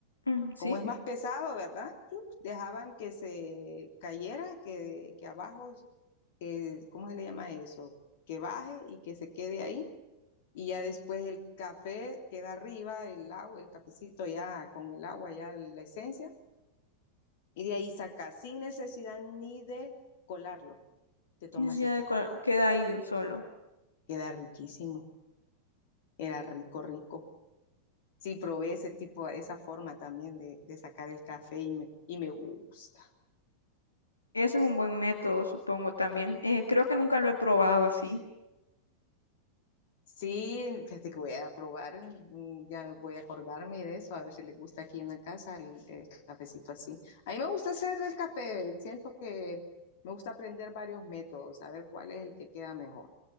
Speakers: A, on the left; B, on the left.
A: ujú, ¿Sí?
B: como es más pesado, ¿verdad? Chuc, Dejaban que se cayera, que, que abajo, eh, ¿cómo se le llama eso? Que baje y que se quede ahí. Y ya después el café queda arriba, el agua, el cafecito ya con el agua, ya la esencia. Y de ahí sacas sin necesidad ni de colarlo. Te tomas
A: Sí, sí,
B: el
A: ya
B: café.
A: de cua- queda ahí de un solo.
B: Queda riquísimo. Era rico, rico. Sí, probé ese tipo, esa forma también de, de sacar el café y me, y me gusta.
A: Eso es un buen método, supongo también. Eh, creo que nunca lo he probado así.
B: Sí, fíjate que voy a probar, mm, ya voy a acordarme de eso, a ver si le gusta aquí en la casa el, el cafecito así. A mí me gusta hacer el café, siento que me gusta aprender varios métodos, a ver cuál es el que queda mejor.